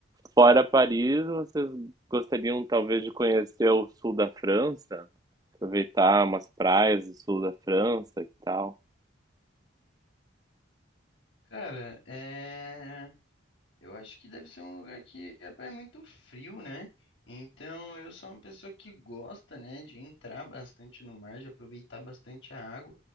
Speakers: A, on the right; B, on the left.
A: Fora Paris, vocês gostariam talvez de conhecer o sul da França? aproveitar umas praias do sul da França e tal.
B: Cara, é... eu acho que deve ser um lugar que é pra- é muito frio, né? Então, eu sou uma pessoa que gosta, né, de entrar bastante no mar, de aproveitar bastante a água.